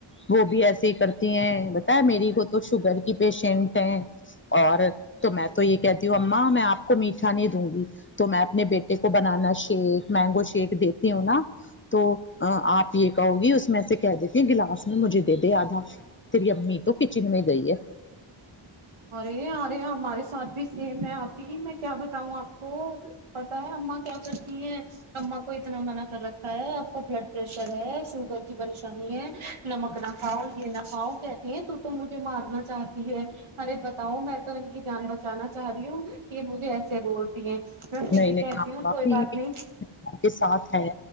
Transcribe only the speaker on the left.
وہ بھی ایسے ہی کرتی ہیں بت میری کو تو شوگر کی پیشنٹ ہیں اور تو میں تو یہ کہتی ہوں اما میں آپ کو میٹھا نہیں دوں گی تو میں اپنے بیٹے کو بنانا شیک مینگو شیک دیتی ہوں نا تو آپ یہ کہو گی اس میں سے کہ دیتی ہیں گلاس میں مجھے دے دے آدھا تیری امی تو کچن میں گئی ہے
نہیں
نہیں
آپ
آپ
یہ
کے ساتھ ہے